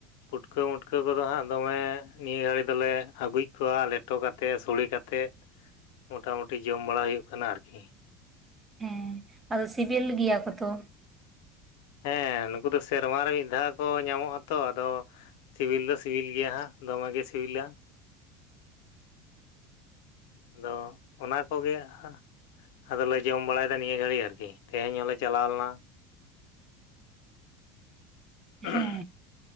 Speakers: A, on the left (about 80°); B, on the right (about 15°).
A: ᱯᱩᱴᱠᱟᱹ ᱢᱩᱴᱠᱟᱹ ᱠᱚᱫᱚ ᱦᱟᱸᱜ ᱫᱚᱢᱮ ᱱᱤᱭᱟᱹ ᱜᱷᱟᱹᱲᱤ ᱫᱚᱞᱮ ᱟᱹᱜᱩᱭᱮᱜ ᱠᱚᱣᱟ ᱞᱮᱴᱚ ᱠᱟᱛᱮ ᱥᱚᱲᱮ ᱠᱟᱛ ᱛᱮᱜ ᱢᱚᱴᱟ ᱢᱩᱴᱤ ᱡᱚᱢ ᱵᱟᱲᱟ ᱦᱩᱭᱩᱜ ᱠᱟᱱᱟ ᱟᱨᱠᱤ᱾
B: ᱦᱮᱸ ᱟᱫᱚ ᱥᱤᱵᱤᱞ ᱜᱮᱭᱟ ᱠᱚ ᱛᱚ᱾
A: ᱦᱮᱸ ᱱᱩᱠᱩ ᱫᱚ ᱥᱮᱨᱢᱟ ᱨᱮ ᱢᱤᱫ ᱫᱷᱟᱣ ᱠᱚ ᱧᱟᱢᱚᱜᱼᱟ ᱛᱚ ᱟᱫᱚ ᱥᱤᱵᱤᱞ ᱫᱚ ᱥᱤᱵᱤᱞ ᱜᱮᱭᱟ ᱦᱟᱸᱜ᱾ ᱫᱚᱢᱮ ᱜᱮ ᱥᱤᱵᱤᱞᱟ᱾ ᱟᱫᱚ ᱚᱱᱟ ᱠᱚᱜᱮ ᱦᱟ ᱟᱫᱚᱞᱮ ᱡᱚᱢ ᱵᱟᱲᱟᱭᱫᱟ ᱱᱤᱭᱟᱹ ᱜᱷᱟᱹᱲᱤᱡ ᱟᱨᱠᱤ ᱛᱮᱦᱮᱧ ᱦᱚᱸᱞᱮ ᱪᱟᱞᱟᱣ ᱞᱮᱱᱟ᱾ <inaudible>
B: ᱦᱮᱸ